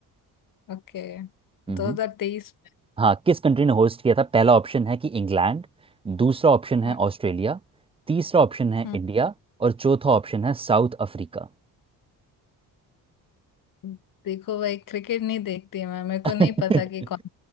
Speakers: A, on the left; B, on the right.
A: ओके
B: हम्म
A: 2023
B: हाँ किस कंट्री ने होस्ट किया था पहला ऑप्शन है कि इंग्लैंड दूसरा ऑप्शन
A: में
B: है ऑस्ट्रेलिया तीसरा ऑप्शन है
A: हम्म,
B: इंडिया और चौथा ऑप्शन है साउथ अफ्रीका
A: हम्म। देखो भाई क्रिकेट नहीं देखती मैं मेरे को
B: <laughs>
A: नहीं पता कि कौन